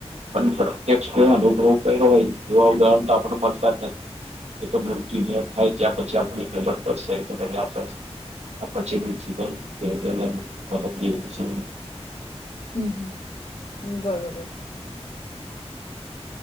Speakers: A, on the right; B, on the left.
A: પણ પ્રત્યક્ષ કો અનુભવ કર્યો હોય એવા ઉદાહરણ તો આપણને મળતા જ નથી. <unintelligible> પછી <unintelligible>
B: હમ હમ હ બરોબર